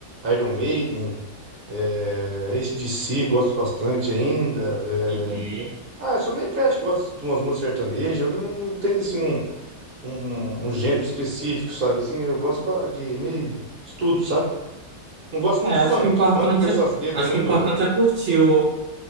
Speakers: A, on the right (about 35°); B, on the right (about 65°).
A: Iron Maiden, é, AC/DC, gosto bastante ainda. é.
B: Uhum.
A: Ah, eu sou meio eclético, gosto de umas músicas sertanejas. Eu não tenho assim um, um, um gênero específico, sabe? Assim, eu gosto ba- de meio de tudo, sabe? Não gosto muito
B: É, acho
A: de funk.
B: que o importante
A: Funk com essas
B: é,
A: letras
B: acho
A: muito.
B: que o importante é curtir o,